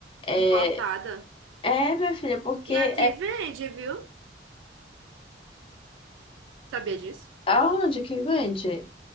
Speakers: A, on the left (about 30°); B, on the right (about 90°).
A: É,
B: Importada.
A: é, minha filha, porque
B: E
A: é
B: aqui vende, viu? Sabia disso?
A: aonde que vende?